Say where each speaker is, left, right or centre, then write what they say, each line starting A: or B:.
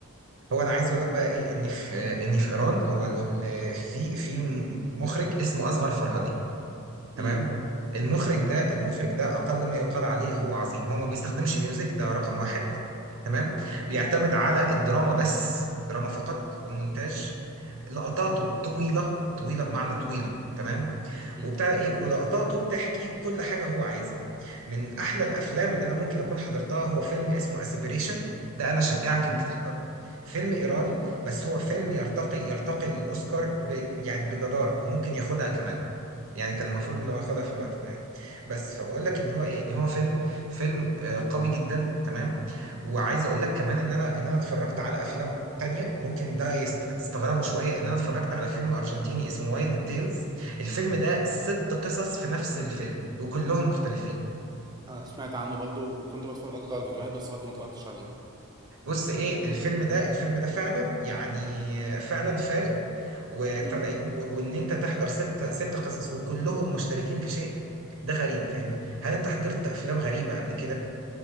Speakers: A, on the right; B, on the right.
A: هو انا عايز اقول لك بقى ايه ان في ان في ايران هو ال- في في مخرج اسمه اصغر فرهادي تمام
B: امم
A: المخرج ده المخرج ده اقل ما يقال عليه هو عظيم هو ما بيستخدمش ميوزك ده رقم واحد تمام بيعتمد
B: جامد ده
A: على الدراما بس دراما فقط ومونتاج لقطاته طويلة طويلة بمعنى طويلة تمام
B: امم
A: وبتاع ده ايه ولقطاته بتحكي كل حاجة هو عايزها من احلى الافلام اللي انا ممكن اكون حضرتها هو فيلم اسمه اسبريشن ده انا شجعك انت
B: امم
A: تحضره فيلم ايراني بس هو فيلم يرتقي يرتقي للاوسكار ب... يعني بجدارة وممكن ياخدها كمان يعني كان المفروض انه ياخدها في الوقت ده يعني بس فبقول لك ان هو ايه ان هو فيلم فيلم آه، قوي جدا تمام وعايز اقول لك كمان ان انا ان انا اتفرجت على افلام تانية ممكن ده يست... تستغربوا شوية ان انا اتفرجت على فيلم ارجنتيني اسمه وايلد تيلز الفيلم ده ست قصص في نفس الفيلم وكلهم مختلفين
B: انا سمعت عنه برضو وكنت بتفرج له على فيديوهات بس برضو ما اتفرجتش عليه
A: بص ايه الفيلم ده الفيلم ده فعلا يعني فعلا فارق وبتاع
B: امم
A: ده ايه و- وان انت تحضر ست ست قصص وكلهم مشتركين في شيء ده غريب فاهمني هل انت حضرت افلام غريبه قبل كده